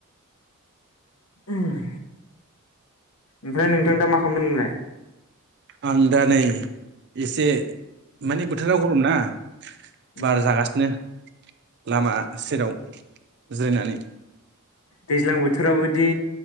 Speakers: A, on the left (about 85°); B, on the right (about 55°).
A: ओम ओमफ्राय नोंथां दा मा खालामदों नोंलाय
B: आं दा नै एसे माने बोथोरा गरम ना
A: उम
B: बार जागासिनो लामा सेराव जिरायनानै
A: दैज्लां बोथोरावदि